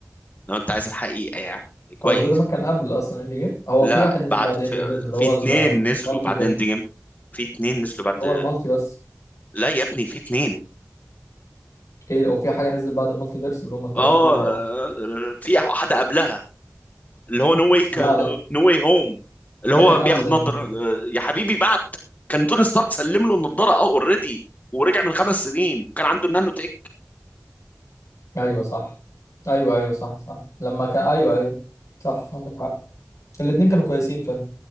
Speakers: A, on the left; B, on the left.
A: لو انت عايز الحقيقه يعني كويس
B: هو سبايدر مان كان قبل اصلا اند جيم هو
A: لا
B: في واحد نزل
A: بعد
B: بعد اند
A: في,
B: جيم اللي
A: في
B: هو
A: اتنين نزلوا
B: المالتي
A: بعد
B: فيرس
A: اند جيم في اتنين نزلوا بعد
B: هو المالتي بس
A: لا يا ابني في اتنين
B: ايه او في حاجه نزلت بعد المالتي فيرس اللي هم الثلاثه
A: اه
B: طلعوا مع بعض
A: في واحده قبلها اللي هو نو واي كان
B: لا لا
A: نو واي هوم اللي
B: ده
A: هو
B: كان قبل
A: بياخد
B: اند
A: نضاره
B: جيم
A: آه، يا حبيبي بعد كان توني ستارك سلم له النضاره اه اوريدي ورجع من خمس سنين وكان عنده النانو تيك
B: ايوه صح ايوه ايوه صح صح لما كان ايوه ايوه صح عندك حق الاثنين كانوا كويسين فاهم